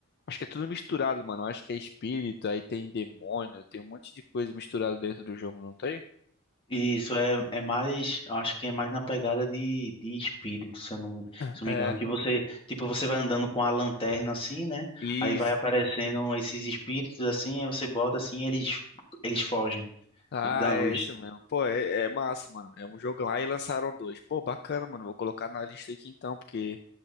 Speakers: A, on the left (about 50°); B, on the left (about 25°).
A: Acho que é tudo misturado, mano. Acho que é espírito, aí tem demônio, tem um monte de coisa misturada dentro do jogo, não tem?
B: Isso é, é mais, eu acho que é mais na pegada de, de espírito, se eu não me, se
A: É.
B: eu não me engano, que você, tipo, você vai andando com a lanterna assim, né?
A: E
B: Aí vai aparecendo esses espíritos assim, aí você bota assim, e eles eles fogem
A: Ah,
B: da
A: é
B: luz.
A: esse mesmo. Pô, é, é massa, mano. É um jogo. jogão. Aí lançaram dois. Pô, bacana, mano. Vou colocar na lista aqui então, porque